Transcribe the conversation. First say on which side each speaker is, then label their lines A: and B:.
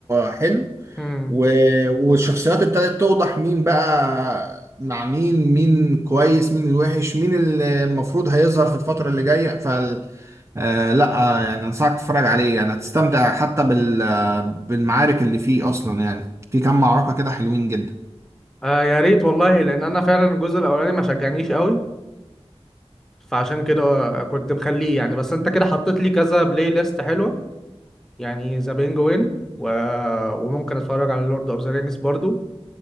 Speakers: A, on the right; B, in the centre.
A: حلو
B: مم.
A: و- والشخصيات ابتدت توضح مين بقى مع مين مين كويس مين الوحش مين اللي المفروض هيظهر في الفترة اللي جاية فال آه لا آه، يعني انصحك تتفرج عليه يعني هتستمتع حتى بال آه، بالمعارك اللي فيه اصلا يعني في كام معركة كده حلوين جدا
B: آه، يا ريت والله لان انا فعلا الجزء الاولاني ما شجعنيش قوي فعشان كده آه، كنت مخليه يعني بس انت كده حطيت لي كذا بلاي ليست حلوه يعني ذا بينجوين و... وممكن اتفرج على لورد اوف ذا رينجز برضو